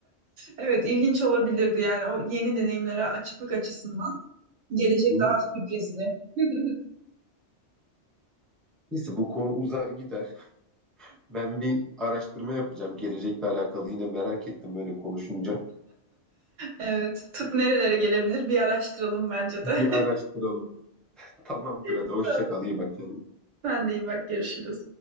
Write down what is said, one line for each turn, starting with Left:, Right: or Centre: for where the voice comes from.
Right: Evet, ilginç olabilirdi yani o yeni deneyimlere açıklık açısından. Gelecek
Centre: Hı.
Right: daha sürprizli. <laughs>
Centre: Neyse bu konu uzar gider. Ben bir araştırma yapacağım gelecekle alakalı. Yine merak ettim böyle konuşunca.
Right: Evet, tıp nerelere gelebilir bir araştıralım bence
Centre: Bir
Right: de.
Centre: araştıralım. <laughs> Tamamdır
Right: <laughs>
Centre: hadi hoşça
Right: Tamam.
Centre: kal iyi bak kendine.
Right: Sen de iyi bak, görüşürüz.